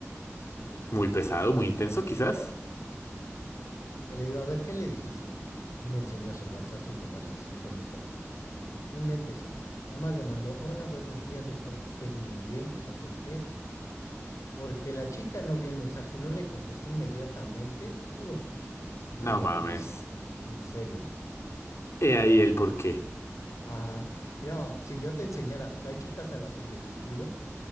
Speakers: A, on the left; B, on the left.
A: Muy pesado, muy intenso, quizás.
B: Que le digo, a ver, ¿qué le dijiste? Me enseña su WhatsApp, su conversación con esta chica. No inventes. Nada más le mandó, hola, buenos días, espero que estés muy bien, que no sé qué. Porque la chica no vio el mensaje y no le contestó inmediatamente. Uh, no sabes
A: No
B: lo
A: mames.
B: que hizo. En serio.
A: He ahí el porqué.
B: Ajá. No, si yo te enseñara, hay chicas a las que les escribo